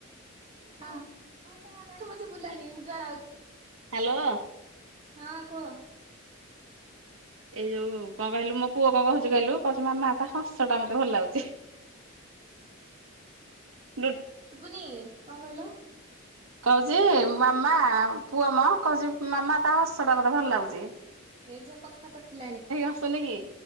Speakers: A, on the right; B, on the right.
A: ହଁ ପଛେ ପଛେ ବୁଲାଣି ମୁଁ ଯୁଆଡେ
B: ହାଲୋ।
A: ହଁ କୁହ।
B: ଏଇ ଯୋଉ କଣ କହିଲୁ ମୋ ପୁଅ କଣ କହୁଚି କହିଲୁ କହୁଚି ମାମା ତା ହସ ଟା ମତେ ଭଲ ଲାଗୁଚି। ହେଁ ‌ <unintelligible>
A: ଶୁବୁନି କଣ କହିଲ?
B: କହୁଚି ମାମା ପୁଅମ କହୁଚି ମାମା ତା ହସ ଟା ମତେ ଭଲ ଲାଗୁଚି।
A: ଏ ଯୋ କଥା କଟିଲାଣି।
B: ହସୁନି କି